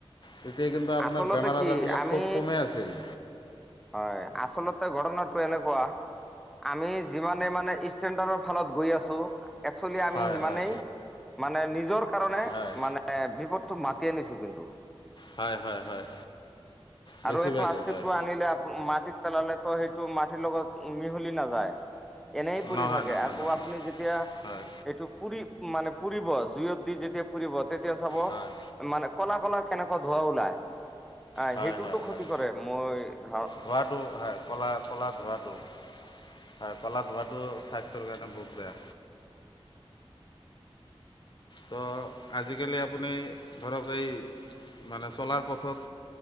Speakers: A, on the left; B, in the centre.
A: তেতিয়া কিন্তু আপোনাৰ
B: আচলতে
A: বেমাৰ
B: কি
A: আজাৰ বিলাক
B: আমি
A: খুব কমেই আছিল।
B: হয় আচলতে ঘটনাটো এনেকুৱা আমি যিমানে মানে ষ্টেণ্ডাৰ্ডৰ ফালত গৈ আছো, একচুৱেলি আমি
A: হয়
B: সিমানেই
A: হয়
B: মানে নিজৰ কাৰণে
A: হয়
B: মানে বিপদটো মাত তি আনিছো কিন্তু।
A: হয় হয় হয় বেছিভাগেই
B: আৰু এই প্লাষ্টিকটো
A: হয়।
B: আনিলে মাটিত পেলালেতো সেইটো মাটিৰ লগত মিহলি নাযায়। এনেই পৰি
A: নহয়
B: থাকে,
A: নহয়
B: আকৌ
A: নহয়
B: আপুনি যেতিয়া
A: হয়
B: এইটো পুৰি মানে পুৰিব, জুইয়ত দি যেতিয়া পুৰিব তেতিয়া চাব
A: হয় হয়
B: মানে কলা-কলা কেনেকুৱা ধোৱা ওলাই, আহ
A: হয়
B: সেইটোতো
A: হয়
B: ক্ষতি
A: হয়
B: কৰে মই ধ
A: ধোঁৱাটো হয় ক'লা-ক'লা ধোৱাটো হয়, ক'লা ধোঁৱটো স্বাস্থ্যৰ কাৰণে বহুত বেয়া। তো আজিকালি আপুনি ধৰক এই মানে চলাৰ পথত